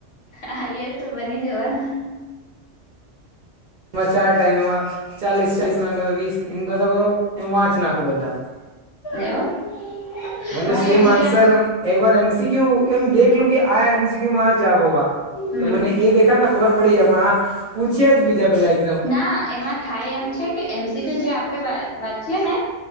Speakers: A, on the left (about 65°); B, on the right (about 50°).
A: હા એ તો બની જોવાનું.
B: એમાં ચાર ટાઈમ એમાં ચાલીસ ચાલીસ ના કર વીસ એમ કર એમાં નાખુ બધા.
A: એવું
B: અને
A: મારે
B: સેમ
A: એમ
B: આન્સર
A: તો યાદ
B: એક વાર એમ સી ક્યુ એમ દેખલું કે આ એમ સી ક્યુ માં આ જ ભવા
A: હમ
B: તો મને એ દેખા ને ખબર પડી ગયાં પણ આ પૂછીયા જ બીજા પેલાઈ
A: ના એમાં થાય એમ છે કે એમ સી ક્યુ કે જે આપણે વાંચીએ ને